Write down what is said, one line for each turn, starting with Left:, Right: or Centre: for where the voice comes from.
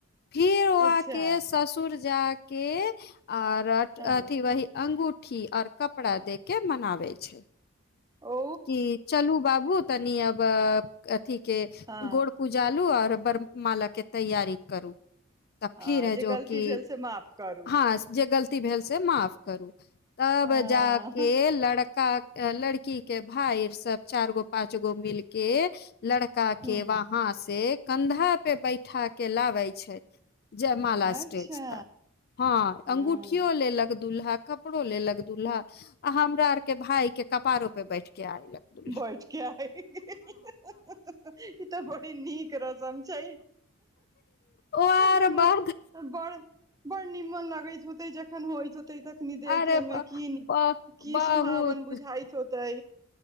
Left: फिर ओआके
Right: अच्छा
Left: ससुर जाग- -के आओर अथी
Right: हँ
Left: वही अंगूठ- -ठी आओर कपड़ा दे के मनाबै छै
Right: ओ
Left: की चलू बाबू तनि अब अथिके
Right: हँ
Left: गोड़ पुजालू आओर बर् माला के तैयारी करू तऽ
Right: हँ
Left: फिर है
Right: जे
Left: जो
Right: गलती
Left: कि
Right: भेल से माफ करू
Left: हँ जे गल- -ती भेल से माफ करू तब
Right: हँ
Left: जाके लड़का लड़की के भाइ सब चार गो पाँच गो मिलके लड़का
Right: हूँ
Left: के वहाँ से कन्धा पे बैठा के लाबै छै जय माला
Right: अच्छा
Left: स्टेज तक हँ
Right: हँ
Left: अंगूठियो लेलक दूल्हा कपड़ो लेलक दुल्हा आ हमरा आर के भाइ के कपारो पे बैठ के आयलक दूल्हा
Right: बैठके आइ गेल हँ -हहह ई तऽ बड़ी नीक रसम छै
Left: ओ आर
Right: बड़
Left: बाद
Right: म-बड़ बड़ निमन लगैत होतै जखन होइत होतै तखनी देखे
Left: अरे
Right: मे
Left: ब
Right: की
Left: ब
Right: की
Left: बहुत
Right: सुहावन बुझाइत होतै